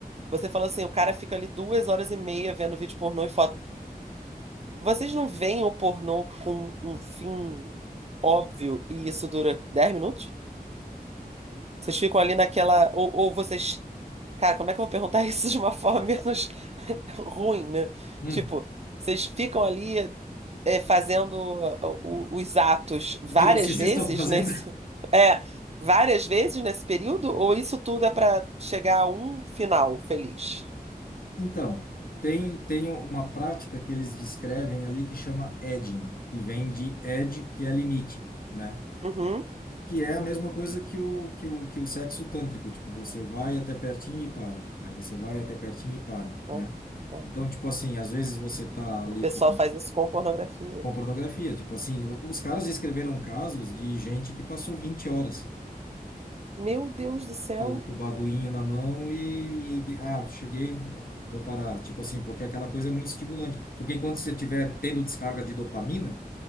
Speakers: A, on the right; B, on the left.
A: Você falou assim, o cara fica ali duas horas e meia vendo vídeo pornô e foto. Vocês não veem o pornô com um fim óbvio e isso dura 10 minutos? Vocês ficam ali naquela. Ou, ou vocês. Cara, como é que eu vou perguntar <laughs> isso de uma forma menos <laughs> ruim, né?
B: Hum.
A: Tipo, vocês ficam ali é, fazendo o- o- os atos várias
B: O que vocês
A: vezes
B: estão fazendo?
A: nesse. <laughs> É, várias vezes nesse período? Ou isso tudo é pra chegar a um final feliz?
B: Então, tem, tem uma prática que eles descrevem ali que chama edging, que vem de edge, que é limite, né?
A: Uhum.
B: Que é a mesma coisa que o, que o, que o sexo tântrico, tipo, você vai até pertinho e para, aí você vai até pertinho e para,
A: Ah,
B: né?
A: tá.
B: Então, tipo assim, às vezes você tá ali
A: O pessoal
B: com,
A: faz isso com pornografia.
B: com pornografia, tipo assim, os caras escreveram casos de gente que passou 20 horas
A: Meu Deus do céu.
B: com, com o baguinho na mão e, e- ah, cheguei, vou parar. Tipo assim, porque aquela coisa é muito estimulante. Porque enquanto você estiver tendo descarga de dopamina,